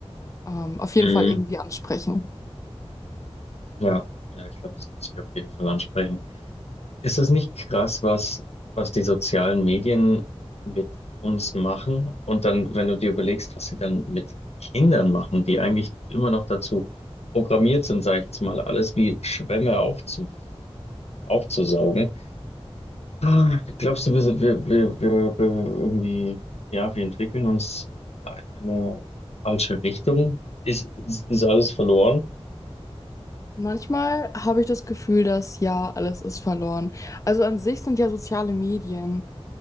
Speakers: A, on the left; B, on the left.
A: Ähm, auf jeden
B: Mm,
A: Fall irgendwie
B: mm,
A: ansprechen.
B: Ja, ja, ich glaube, das muss ich auf jeden Fall ansprechen. Ist das nicht krass, was, was die sozialen Medien mit uns machen? Und dann, wenn du dir überlegst, was sie dann mit Kindern machen, die eigentlich immer noch dazu programmiert sind, sage ich jetzt mal, alles wie Schwämme aufzu, aufzusaugen. Ah, Glaubst du, wir, sind- wir, wir, wir, wir irgendwie, ja, wir entwickeln uns da in eine falsche Richtung? Ist, ist, ist alles verloren?
A: Manchmal habe ich das Gefühl, dass ja, alles ist verloren. Also an sich sind ja soziale Medien,